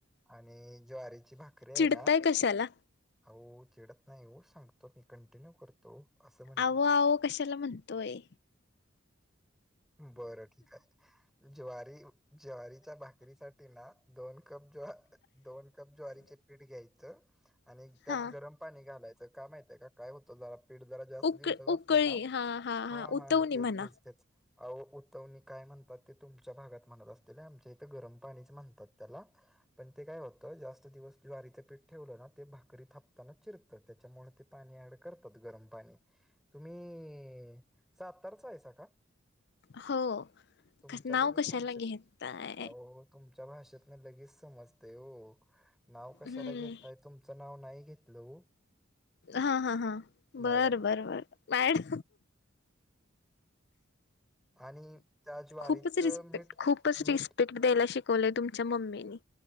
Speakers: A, in the centre; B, on the left.
A: आणि ज्वारीची भाकरी आहे
B: चिडताय
A: ना,
B: कशाला
A: हो चिडत नाही ओ सांगतो मी, कंटिन्यू करतो. असं म्हटलं.
B: आवो आवो कशाला म्हणतोय
A: बरं ठीक आहे, ज्वारी ज्वारीच्या भाकरी साठी ना दोन कप ज्वा दोन कप ज्वारीचे पीठ घ्यायचे त्यात
B: हा
A: गरम पाणी घालायच काय माहितय, काय होत जरा पिट जरा जास्त
B: उक
A: दिवसात
B: उकळी
A: असल ना
B: हा
A: हा हा
B: उतवणी
A: तेच
B: म्हणा
A: तेच तेच. अहो उतवणी काय म्हणतात ते तुमच्या भागात म्हणत असतेली, आमच्या इथे गरम पाणीच म्हणतात त्याला. पण ते काय होतं जास्त दिवस ज्वारीचं पीठ ठेवलं ना ते भाकरी थापताना चिरत तर त्याच्यामुळे ते, पाणी ऍड करत फक्त्त गरम पाणी, तुम्ही सातारचा हायसा का?
B: हो
A: तुमच्या
B: नाव
A: लगेच
B: कशाला
A: भाषेत
B: घेताय
A: अहो तुम त्या भाषेतन लगेच समजते ओ नाव कशाला
B: हम्म
A: घेतय तुमच नाव नाही घेत हॅलो.
B: हा हा हा
A: मॅडम
B: बर बर बर
A: आणि त्या ज्वारीत
B: खूपच रिस्पेक्ट,
A: मीठ
B: खूपच
A: मीठ
B: रिस्पेक्ट द्यायला शिकवलेय तुमच्या मम्मीने.